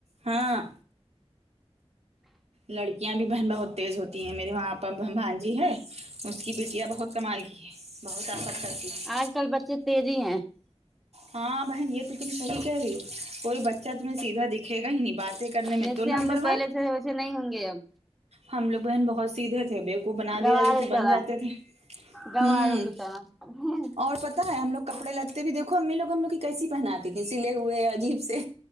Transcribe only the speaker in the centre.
آج کل بچے تیزی ہیں
جیسے
ہم لوگ
پہلے تھے ویسے نہیں ہوں گے اب
گوارے
طرح
گواروں
کی طرح ہوں